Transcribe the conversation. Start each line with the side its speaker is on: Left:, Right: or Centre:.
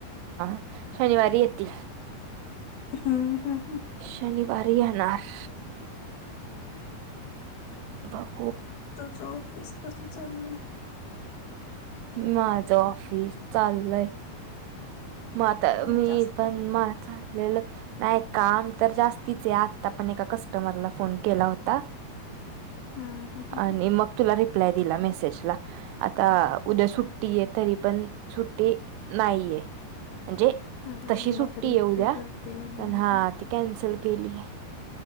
Right: <inaudible> शनिवारी येत्ती.
Left: हम्म हम्म. हम्म.
Right: शनिवारी येणार.
Left: <inaudible>
Right: भव
Left: तुझं ऑफिस कसं चाललंय?
Right: माझं ऑफिस चाललंय म आता
Left: काय
Right: मी
Left: जास्त
Right: पण. <unintelligible> लेलं नाही काम तर जास्तीच आहे, आता पण एका कस्टमरला फोन केला होता.
Left: हम्म हम्म हम्म
Right: आणि मग तुला रेप रिप्लाय दिला मेसेजला, आता उद्या सुट्टी आहे तरी पण सुट्टी नाहीये. म्हणजे,
Left: हम्म हम्म हम्म.
Right: तशी
Left: हम्म.
Right: सुट्टी
Left: बकरीची
Right: ये उद्या
Left: सुट्टी हम्म
Right: पण हां
Left: हम्म
Right: ती कॅन्सल केली आहे.